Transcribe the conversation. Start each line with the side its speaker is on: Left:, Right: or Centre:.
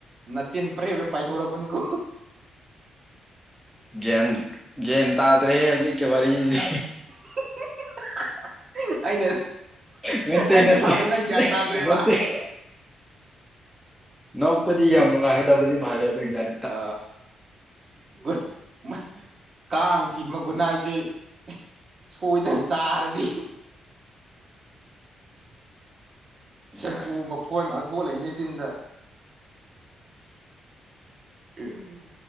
Right: ꯅꯇꯤꯟ ꯄ꯭ꯔꯦ ꯄ꯭ꯔꯦ ꯄꯥꯏꯊꯣꯔꯛꯄꯅꯤꯀꯣ
Centre: ꯒ꯭ꯌꯟ ꯒ꯭ꯌꯥꯟ ꯇꯥꯗ꯭ꯔꯦ ꯍꯧꯖꯤꯛꯀꯤ ꯋꯥꯔꯤꯖꯤꯗꯤ
Right: <unintelligible> ꯑꯩꯅ
Centre: ꯅꯠꯇꯦ
Right: ꯑꯩꯅ
Centre: ꯅꯠꯇꯦ
Right: ꯁꯥꯕ
Centre: <unintelligible>
Right: ꯅꯪ ꯒ꯭ꯌꯥꯟ ꯇꯥꯗ꯭ꯔꯦꯕ
Centre: ꯅꯠꯇꯦ <unintelligible> <unintelligible> ꯅꯣꯛꯄꯗꯤ ꯌꯥꯝ ꯅꯨꯡꯉꯥꯏꯒꯗꯕꯗꯤ ꯃꯥꯜꯂꯦ ꯑꯗꯨꯝ ꯌꯥꯏ
Right: ꯑ ꯒꯨꯠ ꯃꯥ ꯀꯥꯡꯁꯤꯃ ꯒꯨꯟꯅꯥꯏꯁꯦ ꯑꯦ ꯁꯣꯏꯗꯅ ꯆꯥꯔꯗꯤ ꯁꯦꯝꯄꯨ
Centre: ꯌꯥꯏ
Right: ꯃꯐꯣꯟ ꯉꯥꯛ ꯊꯣꯛꯍꯂꯛꯏꯅꯦ ꯆꯤꯟꯗ ꯎꯝ